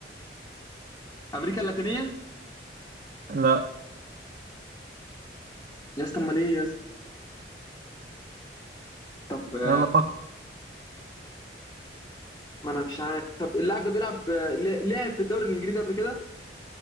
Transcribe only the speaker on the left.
امريكا اللاتينيه
يا اسطى امال ايه يا اسطى طب آه،
ما انا مش عارف طب اللاعب ده بيلعب آه، ل- لعب في الدوري الانجليزي قبل كده